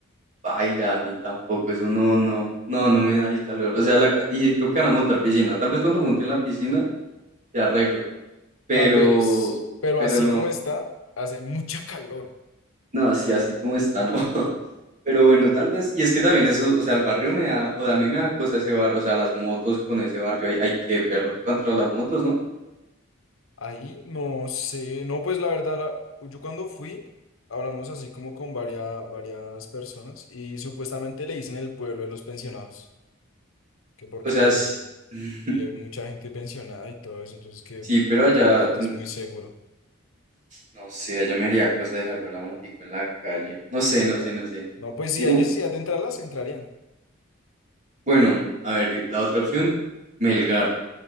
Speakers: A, on the right; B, on the left.
A: Baila, a mí tampoco, eso no, no, no, no me da el calor. O sea, la, ca- y creo que van a montar piscina. Tal vez cuando monten la piscina se arregla, pero,
B: Tal vez, pero
A: pero
B: así
A: no,
B: como está, hace mucha calor.
A: no, así, así como está, no. <laughs> Pero bueno, tal vez, y es que también eso, o sea, el barrio me da, o sea, a mí me da cosa ese barrio, o sea, las motos con ese barrio, hay, hay que perro, tú contra las motos, ¿no?
B: Ahí, no sé, no, pues la verdad, la- yo cuando fui, hablamos así como con varias, varias personas y supuestamente le dicen el pueblo de los pensionados, que porque
A: O sea, sí, <laughs>
B: vive mucha gente pensionada y todo eso, entonces que
A: sí, pero
B: literalmente
A: allá, mm,
B: es muy seguro.
A: no sé, allá me haría cosa dejar la motico en la calle. No sé, no
B: No,
A: sé, no sé.
B: no, pues si
A: Algo,
B: hay necesidad de entrarlas, entrarían.
A: Bueno, a ver, la otra opción, Melgar.